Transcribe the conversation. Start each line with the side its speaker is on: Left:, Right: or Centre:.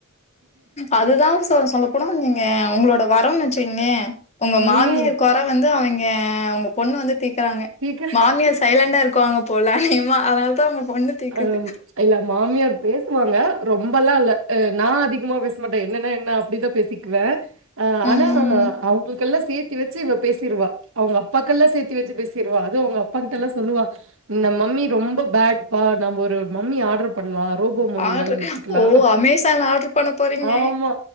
Left: அதுதா சொ சொ சொல்லப்போனா நீங்க உங்களோட வரம்னு வெச்சிக்கங்க உங்க
Right: ம்
Left: மாமியார் கொற வந்து அவிங்க உங்க பொண்ணு வந்து தீக்குறாங்க
Right: சீக்கிர
Left: மாமியார் சைலண்டா இருக்குவாங்க போல அனேகமா அதனால தா உங்க பொண்ணு தீக்குது
Right: ம் இல்ல மாமியார் பேசுவாங்க ரொம்பல்லா இல்ல அ நா அதிகமா பேசமாட்ட என்னன்ன என்ன அப்டிதா பேசிக்குவே ஆ
Left: ம்
Right: ஆனா அவுங்களுக்கெல்லா சேத் சேத்தி வெச்சு இவ பேசிறுவா அவுங்க அப்பாக்கெல்லா சேத்தி வெச்சு பேசிறுவா அதுவு அவுங்க அப்பாட்டெல்லா சொல்லுவா இந்த மம்மி ரொம்ப பேட் பா நம்ப ஒரு மம்மி ஆட் பண்னுவா ரோபோ மம்மி
Left: ஆர்டரு
Right: வாங்கி வெச்சுக்லா
Left: ஓ அமேசான்ல ஆர்டர் பண்ண போறீங்க
Right: ஆமா